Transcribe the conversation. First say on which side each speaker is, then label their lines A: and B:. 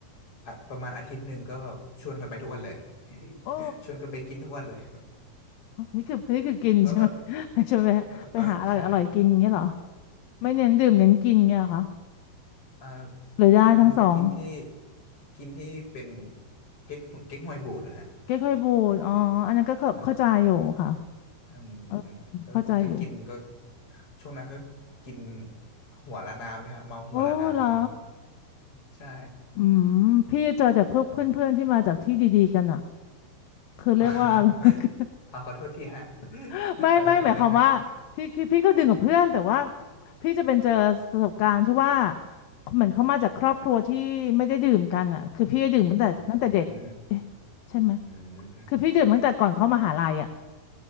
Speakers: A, on the left; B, on the left.
A: อะประมาณอาทิตย์หนึ่งก็แบบชวนกันไปทุกวันเลย
B: โอ้
A: <laughs> ชวนกันไปกินทุกวันเลย
B: นี่คือนี่คือกินใช่ไหม
A: <laughs> ก็แบบ
B: <laughs> ไปชวนไปไปหาอร่อยอร่อยกินอย่างเงี้ยเหรอ
A: <laughs> ใช่
B: ไม่เน้นดื่มเน้นกินเงี้ยเหรอคะ
A: อืม <laughs> อ่า
B: หรือได้ทั้งสอง
A: กินกินที่กินที่เป็นเก๊กเก๊กฮวยบูดนะฮะ
B: เก๊กฮวยบูดอ๋ออันนั้นก็เข้าเข้าใจอยู่ค่ะ
A: อ่า อืม
B: เออ
A: ก็ก็กินก็
B: เข้าใจอยู่
A: ช่วงนั้นก็กินหัวละน้ำเลยฮะเมาหัวละน้ำกัน
B: โอ้เหรอ
A: ใช่
B: อืมพี่เจอแต่พวกเพื่อนๆที่มาจากที่ดีๆกันอะ
A: อืม
B: คือเรียกว่าอะไร
A: <laughs> เอาขอโทษทีฮะ <laughs>
B: <laughs> ไม่ไม่หมายความว่าที่คือพี่ก็ดึงกับเพื่อนแต่ว่า
A: ขอโทษทีนะฮะ
B: พี่จะเป็นเจอประสบการณ์ที่ว่าเหมือนเขามาจากครอบครัวที่ไม่ได้ดื่มกันอะคือพี่ดื่มตั้งแต่ตั้งแต่เด็กเอ๊ะใช่ไหม
A: อืมอืม
B: คือพี่ดื่มตั้งแต่ก่อนเข้ามหาลัยอะ